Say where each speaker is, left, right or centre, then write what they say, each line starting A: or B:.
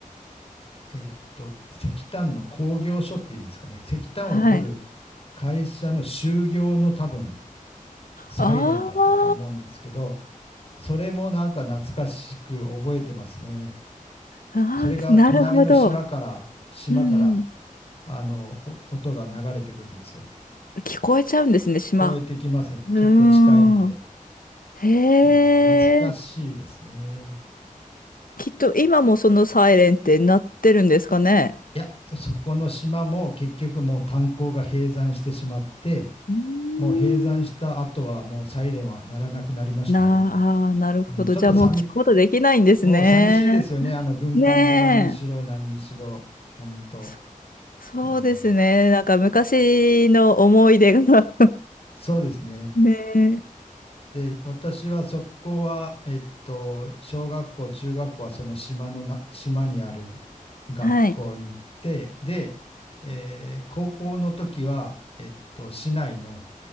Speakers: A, on the left (about 45°); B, on the left (about 85°).
A: えーっと、石炭の工業所っていうんですかね、石炭を掘る
B: はい。
A: 会社の就業の多分、サイレンだったと思うんですけど、
B: あ
A: それもなんか懐かしく覚えてますね。
B: あ、
A: それが隣の島から、
B: あーなるほど。
A: 島から、
B: うんうん。
A: あの、お音が流れてくるんですよ。
B: 聞こえちゃうんですね、島。
A: 聞こえてきますね。
B: うーん。
A: 結構近いんで。
B: へえ。
A: うん、懐かしいですね。
B: きっと今もそのサイレンって鳴ってるんですかね。
A: いや、そこの島も結局もう炭鉱が閉山してしまって、
B: うん。
A: もう閉山した後はもうサイレンは鳴らなくなりましたね。
B: なあー、なるほど。
A: うん、ちょっと寂、
B: じゃあもう聞くことできないんですね。
A: もう寂しいですよね。あの軍艦島にしろ何にしろ、
B: ねえ。
A: 本当
B: そ、そうですね。
A: うん、
B: なんか昔の思い出が
A: そうですね。
B: <laughs> ねえ。
A: で、私はそこは、えっと、小学校、中学校はその島のな、島にある学校に行って、
B: はい。
A: で、えー高校の時は、えっと、市内の